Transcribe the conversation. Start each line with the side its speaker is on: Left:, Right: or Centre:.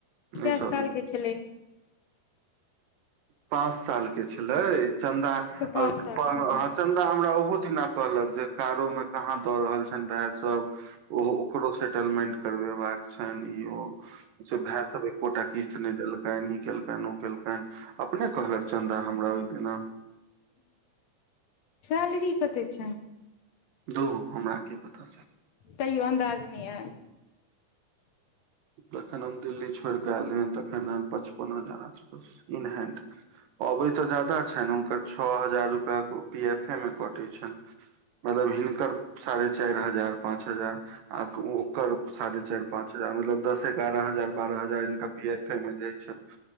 Right: नहि
Left: कए
Right: सधलनि
Left: साल के छलैन
Right: पाँच साल के छलै चन्दा
Left: तऽ पाँच
Right: चन्दा
Left: सालके
Right: हमरा ओहो दिना कहलक जे कारो मे कहाँ दऽ रहल छनि भाय सब ओ ओकरो सेटलमेंट करबेबाक छनि ई ओ से भाय सब एकोटा किस्त नहि देलकनि केलकनि ओ केलकनि अपने कहलक चन्दा हमरा ओ दिना
Left: सैलरी कते छै।
Right: घू हमरा की पता
Left: तैयो अन्दाज नहि ऐ
Right: जखन हम दिल्ली छोड़ कऽ एले हन तखन पचपन हजार इनहेंड अबै तऽ ज्यादा छनि हुनकर छः हजार रुपया त ओ पी एफ एमे कटै छनिय मतलब हिनकर साढ़े चारि हजार पाँच हजार आ ओकर साढ़े चारि पाँच हजार मतलब दस एगारह हजार बारह हजारनका पी एफ ए मऽ जाय छनि